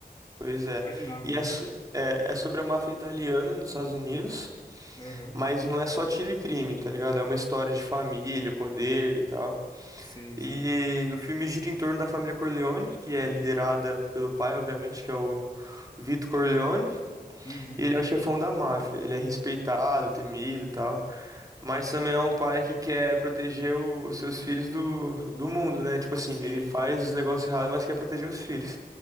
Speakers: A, on the right (about 20°); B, on the left (about 25°).
A: Pois é.
B: Não imaginava.
A: E é, so- é, é sobre a máfia italiana nos Estados Unidos,
B: Aham.
A: mas não é só tiro e crime, tá ligado? É uma história de família, poder e tal.
B: Sei,
A: E
B: sei.
A: o filme gira em torno da família Corleone, que é liderada pelo pai, obviamente, que é o Vito Corleone.
B: Uhum.
A: E ele é o chefão da máfia. Ele é respeitado, temido e tal. Mas também é um pai que quer proteger o- os seus filhos do, do mundo, né? Tipo assim,
B: Sei.
A: ele faz os negócios errados, mas quer proteger os filhos.